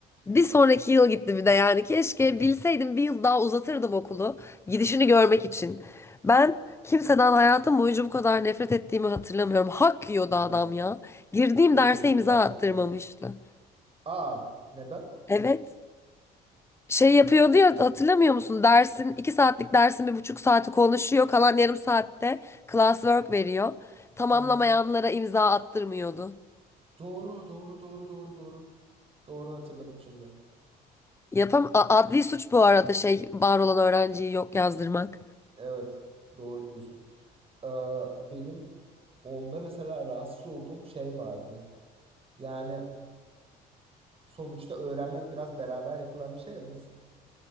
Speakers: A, on the left (about 15°); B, on the right (about 35°).
A: Bir sonraki yıl gitti bir de yani. Keşke bilseydim bir yıl daha uzatırdım okulu. Gidişini görmek için. Ben kimseden hayatım boyunca bu kadar nefret ettiğimi hatırlamıyorum. Hak yiyordu adam
B: Evet.
A: ya. Girdiğim
B: Çok
A: derse
B: yiyordu
A: imza
B: gerçekten.
A: attırmamıştı.
B: Aa neden?
A: Evet. Şey yapıyordu ya hatırlamıyor musun? Dersin iki saatlik dersin bir buçuk saati konuşuyor. Kalan yarım saatte classwork veriyor. Tamamlamayanlara
B: Haha.
A: imza attırmıyordu.
B: Doğru, doğru, doğru, doğru, doğru. Doğru hatırladım şimdi.
A: Yapam A- adli suç bu arada şey var olan öğrenciyi yok yazdırmak.
B: Evet, doğru diyorsun. Ee, benim onda mesela rahatsız olduğum şey vardı. Yani sonuçta öğrenmek biraz beraber yapılan bir şey ya. Biz